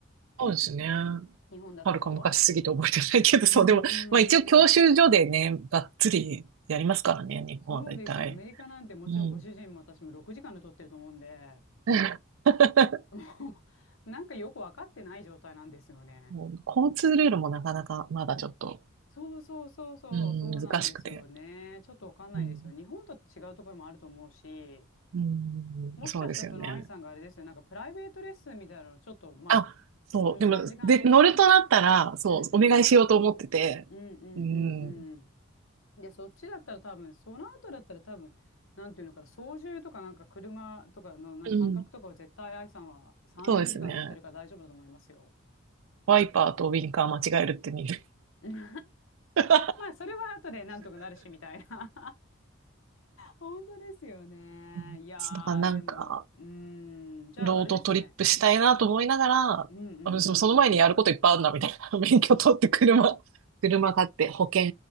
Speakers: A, on the right; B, on the left.
A: そうですね。
B: 日本だと。
A: はるか昔すぎて覚えてないけど、そう、
B: うんうんうん。
A: でも、まあ一応教習所でね、がっつりやりますからね、日本は大体。
B: そうですよ。アメリカなんてもちろんご主人も私も6時間で取ってると思うんで、
A: うん。<laughs>
B: <laughs> もうなんかよくわかってない状態なんですよね。
A: もう交通ルールもなかなかまだちょっと、
B: そうそうそうそう、
A: うん、
B: そうなんですよね。
A: 難しくて。
B: ちょっとわかんないですよ。
A: うん、
B: 日本と違うところもあると思うし、
A: うんそうですよね。
B: もしかしたらその愛さんがあれですよ、なんかプライベートレッスンみたいなのをちょっと、ま
A: あ、そう、
B: あ、2、
A: でも、
B: 3時間取って、
A: で、乗るとなったら、そう、
B: うんうん、
A: お願いしようと思ってて、
B: うんうんうん
A: うん、
B: うん。で、そっちだったら多分、その後だったら多分、なんていうのかな、操縦とかなんか車とかのなんか感覚とかは絶対愛さんは30時間乗ってるから大丈夫だと思いますよ。
A: うんそうですね。ワイパーとウィンカー間違えるって見る。
B: <laughs>
A: <laughs>
B: まあ、それは後でなんとかなるし、みたいな本当ですよね。
A: うんだからなんか、
B: いやー、でも、うーん、じゃあ、
A: ロードトリップしたいなと思いながら、
B: あれですね。
A: あでもその前にやることいっぱいあるな、
B: うんうんうんうん。
A: みたいな。<laughs> 免許取って車、車買って保険、